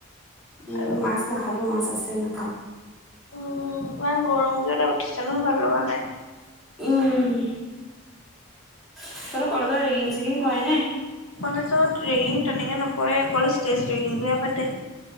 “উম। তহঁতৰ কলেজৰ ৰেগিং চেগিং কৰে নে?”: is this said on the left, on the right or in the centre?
Centre